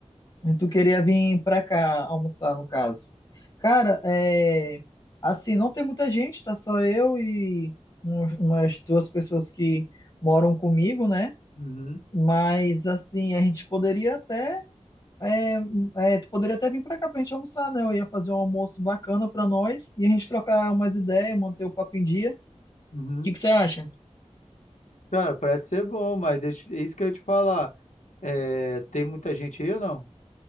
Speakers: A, on the left; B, on the left.
A: E Tu queria vir pra cá almoçar, no caso. Cara, é, assim, não tem muita gente, tá só eu e uns- umas duas pessoas que moram comigo, né?
B: Uhum,
A: Mas, assim, a gente poderia até. É, é, tu poderia até vir pra cá pra gente almoçar, né? Eu ia fazer um almoço bacana pra nós e a gente trocar umas ideias, manter o papo em dia. O
B: uhum.
A: que que você acha?
B: Cara, parece ser bom, mas deixa, é isso que eu ia te falar. É, tem muita gente aí ou não?